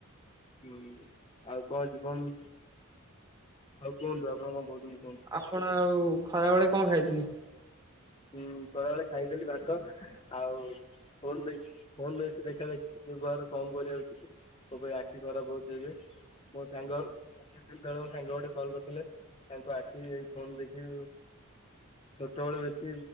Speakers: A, on the left; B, on the right.
A: ହୁଁ ଆଉ କଣ ଜୀବନ ଆଉ କୁହନ୍ତୁ ଆପଣ କଣ କହୁଛନ୍ତି। କୁହନ୍ତୁ?
B: ଆପଣ ଆଉ ଖରାବେଳେ କଣ ଖାଇଥିଲେ?
A: ହୁଁ। ଖରାବେଳେ ଖାଇଥିଲି ଭାତ ଆଉ ଫୋନ୍ ଦେଖି ଫୋନ୍ ବେଶୀ ଦେଖା ଦେଖି ବ୍ୟବହାର କମ୍ କରିବା ଉଚିତ୍ ମୋବାଇଲରେ ଆଖି ଖରାପ ହଉଛି ଏବେ ମୋ ସାଙ୍ଗ କିଛି ଦିନ ତଳେ ମୋ ସାଙ୍ଗ ଗୋଟେ କଲ୍ କରିଥିଲେ ତାଙ୍କ ଆଖି ଏ ଫୋନ୍ ଦେଖି ଛୋଟବେଳେ ବେଶୀ ସି